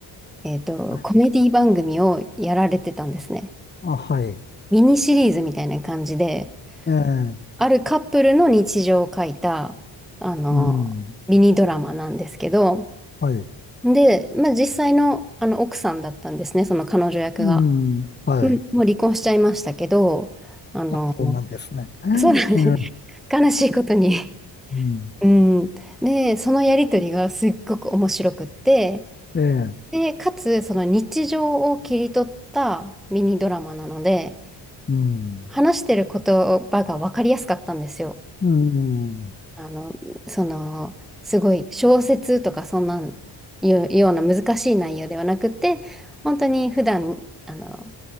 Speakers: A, in the centre; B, on the left.
A: えっと、
B: あ、
A: コメディ番組をやられてたんですね。
B: あはい。
A: ミニシリーズみたいな感じで、
B: ええ、
A: あるカップルの日常を書いた、あの、
B: うん、
A: ミニドラマなんですけど、
B: はい。
A: で、まあ、実際の、あの奥さんだったんですね、その彼女役が。
B: うん、はい。
A: うんもう離婚しちゃいましたけど、あの、
B: あ、そうなんですね。ええ、
A: そうなんです。
B: う
A: 悲しいことに。
B: ん、
A: うん。で、そのやりとりがすっごく面白くって、
B: ええ、
A: で、かつ、その日常を切り取ったミニドラマなので、
B: うん、
A: 話してる言葉が分かりやすかったんですよ。
B: うん、
A: あの、その、すごい小説とかそんなんいうような難しい内容ではなくて、本当に普段、あの、